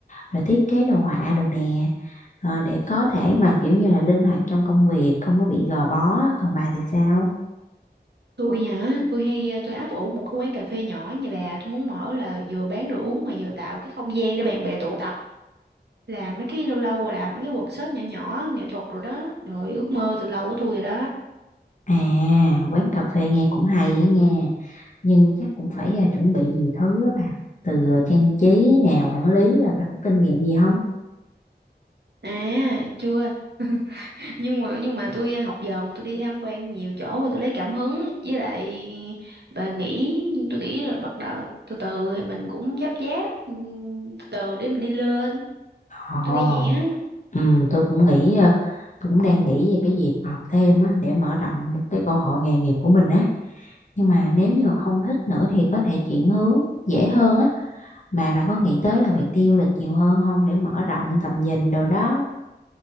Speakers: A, on the left (about 45°); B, on the right (about 70°).
A: rồi thiết kế đồ họa đồ nè Ờ, để có thể mà kiểu như là linh hoạt trong công việc không có bị gò bó còn bà thì sao
B: tôi hả tôi hay ờ, tôi áp ủ một cái quán cà phê nhỏ nhà bà tôi muốn mở là vừa bán đồ uống mà vừa tạo cái không gian để bạn bè tụ tập làm mấy cái lâu lâu rồi làm mấy cái workshop nhỏ nhỏ nghệ thuật rồi đó rồi ước mơ từ lâu của tôi rồi đó
A: à quán cà phê nghe cũng hay á nghe nhưng chắc cũng phải à, chuẩn bị nhiều thứ á bà từ ờ, trang trí nè quản lý rồi bà có kinh nghiệm gì không
B: à chưa <laughs> nhưng mà nhưng mà tôi ờ, học dần tôi đi tham quan nhiều chỗ rồi tôi lấy cảm hứng với lại bà nghĩ tôi nghĩ là bắt đầu từ từ thì mình cũng dắp dáp ừm, từ từ để mình đi lên
A: Ồ,
B: tôi nghĩ vậy á
A: ừ, tôi cũng nghĩ ờ, tôi cũng đang nghĩ về cái việc học thêm á, để mở rộng cái cơ hội nghề nghiệp của mình á nhưng mà nếu như mà không thích nữa thì có thể chuyển hướng dễ hơn á mà bà có nghĩ tới là việc đi du lịch nhiều hơn không để mở rộng tầm nhìn đồ đó